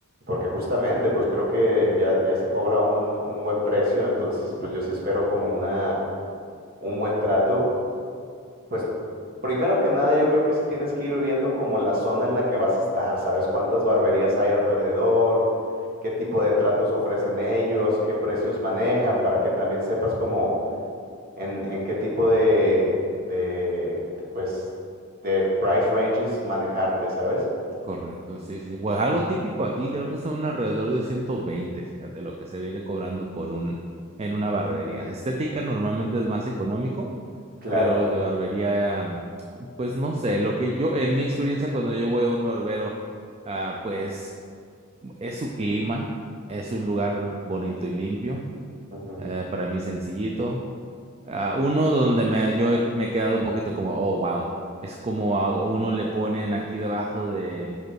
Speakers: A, on the right (about 45°); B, on the right (about 30°).
A: porque justamente pues creo que ya, ya se cobra un, un buen precio, entonces pues yo sí espero como una, un buen trato. Pues primero que nada, yo creo que sí tienes que ir viendo como la zona en la que vas a estar, ¿sabes? Cuántas barberías hay alrededor, qué tipo de tratos ofrecen ellos, qué precios manejan, para que también sepas como en, en qué tipo de, de, pues, de price ranges manejarte, ¿sabes?
B: Correcto, sí, sí. Pues algo típico aquí, creo que son alrededor de 120, fíjate, lo que se viene cobrando por un, en una barbería. Estética normalmente es más económico,
A: Claro.
B: pero de barbería, mm, pues no sé, lo que yo, en mi experiencia cuando yo voy a un barbero, ah, pues es su clima, es un lugar bonito y limpio,
A: ujú.
B: eh, para mí sencillito. Ah, uno donde me, yo he- me he quedado un poquito como, oh, wow. Es como a uno le ponen aquí debajo de,